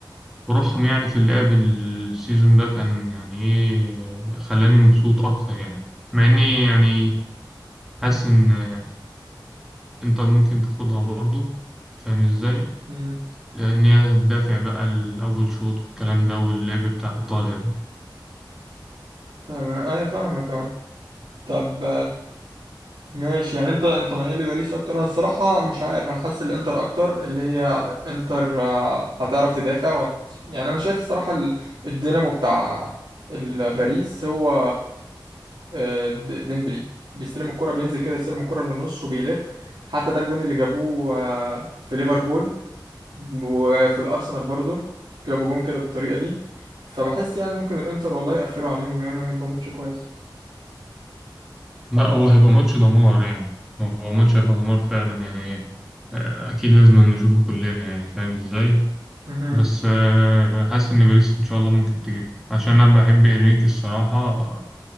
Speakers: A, in the centre; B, on the right.
A: وروحهم يعني في اللعب السيزون ده كان يعني ايه آه، خلاني مبسوط اكتر يعني مع اني يعني حاسس ان آه، انتر ممكن تاخدها برضه فاهم ازاي
B: مهم.
A: ان هي تدافع بقى الاول شوط والكلام ده واللعب بتاع ايطاليا ده
B: تمام ايوه فاهمك اه طب ماشي يعني انت انت مايل لباريس اكتر انا الصراحه مش عارف انا حاسس الانتر اكتر اللي هي انتر آه، هتعرف تدافع وهت... يعني انا شايف الصراحه ال- الدينامو بتاع ال- باريس هو آه، د- ديمبلي بيستلم الكره بينزل كده يستلم الكره من النص وبيلف حتى ده الجون اللي جابوه آه، في ليفربول وفي الارسنال برضو جابوا جون كده بالطريقه دي فبحس يعني ممكن الانتر والله يقفلوا عليهم يعني وهيبقى ماتش كويس
A: لا
B: فانا
A: هو هيبقى ماتش دمار يعني هو ماتش هيبقى دمار فعلا يعني آه، اكيد لازم نشوفه كلنا يعني فاهم ازاي
B: مهم.
A: بس آه، حاسس ان باريس ان شاء الله ممكن تجيب عشان انا بحب انريكي الصراحه آه،